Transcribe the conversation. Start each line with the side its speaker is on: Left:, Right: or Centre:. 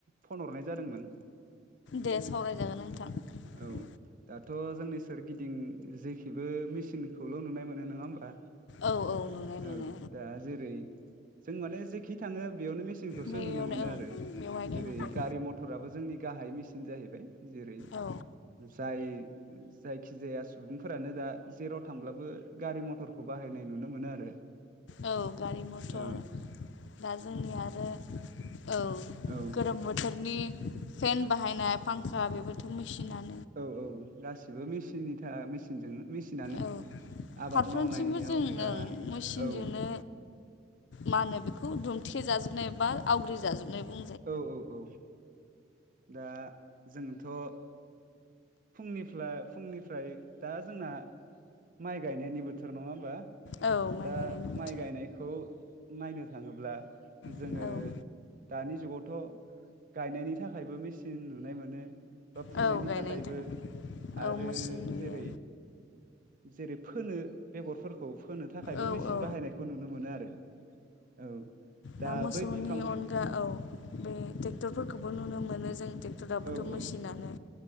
Right: फन हरनाय जादोंमोन,
Left: दे सावरायजागोन नोंथां।
Right: औ दाथ' जोंनि सोरगिदिं जेखिबो मिसिनखौल' नुनाय मोनो नङा होमबा?
Left: औ औ नुनाय मोनो
Right: औ दा जेरै जों माने जेखि थाङो बेयावनो मेसिनखौ
Left: बेयावनो
Right: नुनो मोनो
Left: औ
Right: आरो
Left: बेवहायनो
Right: जेरै
Left: नुबाय
Right: गारि मथराबो जोंनि गाहाय मेसिन जाहैबाय जेरै
Left: औ
Right: जाय जायखिजाया सुबुंफोरानो दा जेराव थांब्लाबो गारि मथरखौ बाहायनाय नुनो मोनो आरो
Left: औ गारि मथर
Right: औ
Left: दा जोंनि आरो औ
Right: औ
Left: गोलोम बोथोरनि फेन बाहायनाय फांखा बेबोथ' मेसिनानो
Right: औ औ गासिबो मेसिननि थाखाय मेसिनजों मेसिनानो
Left: औ
Right: आबाद
Left: फारफ्रोमथिंबो
Right: मावनायाव
Left: जों
Right: जा
Left: ओं मेचिनजोंनो
Right: औ
Left: मा होनो बेखौ दुमथे जाजोबनाय बा आवग्रि जाजोबनाय बुं
Right: औ औ औ दा जोंथ' फुंनिफ्राय फुंनिफ्राय दा जोंना माइ गायनायनि बोथोर नङा होमबा?
Left: औ माइ
Right: दा
Left: गायनायनि
Right: माइ गायनायखौ नायनो थाङोब्ला जोङो
Left: बोथोर
Right: दानि जुगावथ' गायनायनि थाखायबो मेसिन नुनाय मोनो बा
Left: औ
Right: फुंनायनि
Left: औ गायनायनि
Right: थाखायबो
Left: थाखाय औ
Right: आरो
Left: मेचिन नुयो
Right: जेरै जेरै फोनो बेगरफोरखौ फोनो थाखायबो
Left: औ
Right: मेसिन
Left: औ
Right: बाहायनायखौ नुनो मोनो आरो औ।
Left: दा मोसौनि
Right: बै बिफां
Left: अनगा औ बे ट्रेक्टरफोरखौबो नुनो मोनो जों टेक्टराबोथ'
Right: औ
Left: मेसिनानो
Right: औ